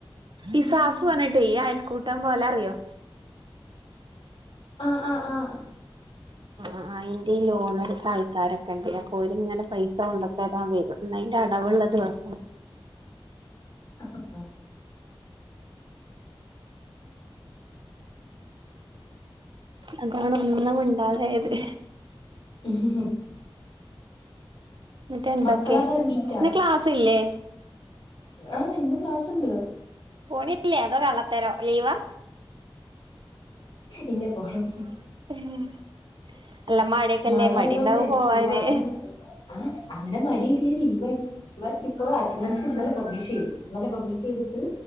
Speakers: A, on the right; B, on the left.
A: ഇസാഫ് പറഞ്ഞിട്ടെ ഈ അയൽക്കൂട്ടം പോലെ അറിയോ.
B: ആഹ് ആഹ് ആഹ്
A: ആഹ് അതിന്റെ ലോണെടുത്ത ആൾക്കാര്. കദിയപ്പോര് ഇങ്ങനെ പൈസ കൊണ്ടു തരാൻ വരും ഇന്നയ്ന്റെ അടവുള്ള ദിവസ
B: <inaudible>
A: അതാണ് ഒന്നും മിണ്ടാതായത്.
B: <unintelligible>
A: എന്നിട്ട് എന്തൊക്കെ
B: മക്കളൊക്കെ എണീറ്റാ
A: ഇന്ന് ക്ലാസ്സ് ഇല്ലേ.
B: ആഹ് ഇന്ന് ക്ലാസ് ഇണ്ട്.
A: പോണില്ലേ അതോ കള്ളത്തരോ ലീവാ.
B: ഇല്ല പോണം.
A: <unintelligible> മഴയൊക്കെല്ലേ
B: മഴ
A: മടിണ്ടാവും
B: ആയതോണ്ടേ
A: പോവാന്
B: പോവാനും ആഹ് അങ്ങനെ മടിയായി ഇരുന്നാൽ ലീവ് ആവും <unintelligible> ഇപ്പൊ അറ്റൻഡൻസ് ഇന്നലെ പബ്ലിഷ് ചെയ്തു ഇന്നലെ പബ്ലിഷ് ചെയ്തിട്ട്